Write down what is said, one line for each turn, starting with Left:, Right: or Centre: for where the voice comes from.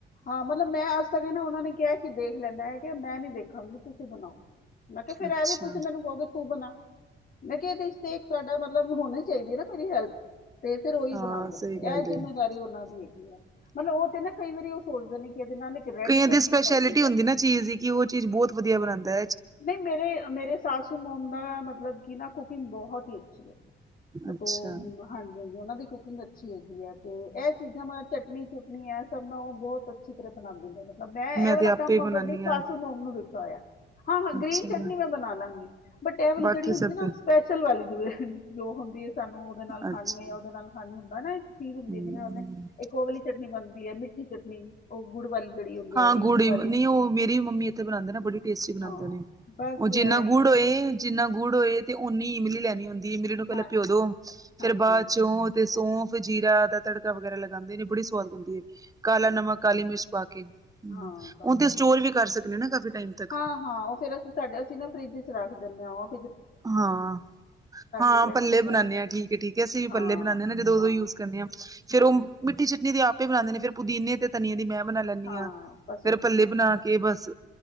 Left: ਹਾਂ, ਮਤਲਬ ਮੈਂ ਅੱਜ ਤੱਕ ਉਹਨਾਂ ਨੇ ਕਿਹਾ ਕਿ ਦੇਖ ਲੈ ਮੈਂ ਕਿਹਾ ਮੈਂ ਨੀ ਦੇਖਾਂਗੀ ਤੁਸੀਂ ਬਣਾਓ। ਮੈਂ ਕਿਹਾ ਫੇਰ
Right: ਅੱਛਾ
Left: ਐ ਵੀ ਤੁਸੀਂ ਮੈਨੂੰ ਕਹੋਗੇ ਤੂੰ ਬਣਾ, ਮੈਂ ਕਿਹਾ ਇਹਦੇ ਚ ਤੇ ਇੱਕ ਤੁਹਾਡਾ ਮਤਲਬ ਹੁਣ ਚਾਹੀਦੀ ਐ ਨਾ ਮੇਰੀ ਹੈਲਪ ਤੇ ਫਿਰ ਉਹੀ
Right: ਹਾਂ
Left: ਬਣਾਂਦੇ ਨੇ
Right: ਸਹੀ ਗੱਲ
Left: ਐ ਜਿੰਮੇਵਾਰੀ
Right: ਏ
Left: ਉਹਨਾਂ ਦੀ ਹੈਗੀ ਆ। ਮਤਲਬ ਓ ਤੇ ਨਾ ਕਈ ਵਾਰੀ ਓ ਸੋਚਦੇ ਨੇ ਕਿ ਇਹਦੇ ਨਾਲ ਇੱਕ, ਰੈੱਡ
Right: ਕਈਆਂ
Left: ਚਟਨੀ
Right: ਦੀ ਸਪੈਸ਼ਲਿਟੀ
Left: ਬਣਦੀ
Right: ਹੁੰਦੀ
Left: ਹੈ
Right: ਨਾ ਚੀਜ਼ ਦੀ ਕਿ ਓ ਚੀਜ਼ ਬਹੁਤ ਵਧੀਆ ਬਣਾਂਦਾ।
Left: ਨਈ, ਮੇਰੇ ਮੇਰੇ ਸਾਸੂ ਮੋਮ ਦਾ ਮਤਲਬ ਕਿ ਨਾ ਕੁਕਿੰਗ ਬਹੁਤ ਈ ਅੱਛੀ ਐ। <unintelligible>
Right: ਅੱਛਾ
Left: ਹਾਂਜੀ ਹਾਂਜੀ, ਉਹਨਾਂ ਦੀ ਕੁਕਿੰਗ ਅੱਛੀ ਹੈਗੀ ਆ ਤੇ ਇਹ ਚੀਜ਼ਾਂ ਮਤਲਬ ਚਟਨੀ ਚੁੱਟਨੀ ਏ ਸਭ ਨਾ ਬੋਤ ਅੱਛੀ ਤਰ੍ਹਾਂ ਬਣਾਂਦੇ ਨੇ। ਮੈਂ ਏ ਵਾਲਾ
Right: ਤੇ ਆਪੇ
Left: ਕੰਮ
Right: ਹੀ ਬਣਾਉਦੀ
Left: ਸਸੂ
Right: ਹਾਂ
Left: ਮੋਮ ਨੂੰ ਦਿੱਤਾ ਹੋਇਆ ਹਾਂ ਹਾਂ
Right: ਅੱਛਾ
Left: ਗ੍ਰੀਨ ਚਟਨੀ ਮੈਂ ਬਣਾ ਲਾਂਗੀ। ਬਟ ਐ ਵਾਲੀ
Right: ਬਾਕੀ
Left: ਜਿਹੜੀ ਹੁੰਦੀ
Right: ਸਭ
Left: ਨਾ
Right: ਤੇ
Left: ਸਪੈਸ਼ਲ ਵਾਲੀ ਜਿਵੇਂ ਜੋ ਹੁੰਦੀ ਐ ਸਾਨੂੰ ਉਹਦੇ ਨਾਲ
Right: ਅੱਛਾ
Left: ਖਾਣੀ ਐ ਜਾਂ ਉਹਦੇ ਨਾਲ <unintelligible> ਹੁੰਦਾ ਨਾ ਇੱਕ ਚੀਜ਼
Right: ਹਮ
Left: ਹੁੰਦੀ ਐ ਜਿਵੇਂ ਉਹਨੇ ਇੱਕ ਓ ਵਾਲੀ ਚਟਨੀ ਬਣਦੀ ਐ ਮਿੱਠੀ ਚਟਨੀ। ਓ ਗੁੜ ਵਾਲੀ ਜਿਹੜੀ, ਹੁੰਦੀ
Right: ਹਾਂ,
Left: ਹੈ
Right: ਗੂੜ੍ਹੀ
Left: ਇਮਲੀ ਵਾਲੀ
Right: ਨੀ ਓ ਮੇਰੀ ਵੀ ਮੰਮੀ ਇੱਥੇ ਬਣਾਂਦੇ ਨਾ ਬੜੀ। ਟੇਸਟੀ ਬਣਾਂਦੇ
Left: ਹਾਂ
Right: ਹੋਣੇ
Left: ਬਸ
Right: ਓ ਜਿੰਨਾ
Left: ਇਹੀ
Right: ਗੁੜ
Left: ਹੋ
Right: ਹੋਏ ਜਿੰਨਾ ਗੁੜ ਹੋਏ ਤੇ ਓਨੀ ਇਮਲੀ ਲੈਣੀ ਹੁੰਦੀ ਇਮਲੀ ਨੂੰ ਪਹਿਲਾਂ
Left: ਹਾਂ
Right: ਪਿਓ ਦੋ
Left: ਹਾਂਜੀ
Right: ਫੇਰ ਬਾਚੋਂ ਤੇ ਸੌਂਫ ਜੀਰਾ ਦਾ ਤੜਕਾ ਵਗੈਰਾ ਲਗਾਂਦੇ ਨੇ ਬੜੀ ਸਵਾਦ ਬਣਦੀ ਐ। ਕਾਲਾ
Left: ਹਾਂ
Right: ਨਮਕ ਕਾਲੀ ਮਿਰਚ ਪਾ ਕੇ।
Left: ਹਾਂ, ਬਸ
Right: ਉਹ ਤੇ
Left: ਓਹੀ
Right: ਸਟੋਰ ਵੀ ਕਰ ਸਕਦੇ ਨਾ ਕਾਫੀ ਟਾਈਮ ਤੱਕ
Left: ਹਾਂ ਹਾਂ ਓ ਫੇਰ ਅਸੀਂ ਸਾਡੇ ਅਸੀਂ ਨਾ ਫਰਿਜ ਚ ਰੱਖ ਦਿਨੇ ਆ ਓ।
Right: ਹਾਂ ਹਾਂ,
Left: ਲਈਏ
Right: ਪੱਲੇ
Left: ਨਹੀਂ ਕਰਦੇ
Right: ਬਣਾਨੇ ਆ ਠੀਕ ਐ ਠੀਕ ਐ ਅਸੀਂ ਵੀ
Left: ਹਾਂ
Right: ਪੱਲੇ ਬਣਾਨੇ ਆ ਨਾ ਜਦੋਂ
Left: ਹਾਂ
Right: ਉਦੋਂ ਯੂਜ ਕਰਨੇ ਐ। ਫੇਰ
Left: ਹਾਂ
Right: ਓ ਮਿੱਠੀ ਚਟਨੀ ਦੀ ਆਪੇ ਬਣਾਂਦੇ ਨੇ ਫਿਰ ਪੁਦੀਨੇ ਤੇ ਧਨੀਏ ਦੀ ਮੈਂ ਬਣਾ ਲੈਂਦੀ
Left: ਹਾਂ
Right: ਆ
Left: ਬਸ
Right: ਫੇਰ
Left: ਉਹੀ
Right: ਪੱਲੇ
Left: ਨਾ
Right: ਬਣਾ ਕੇ ਬਸ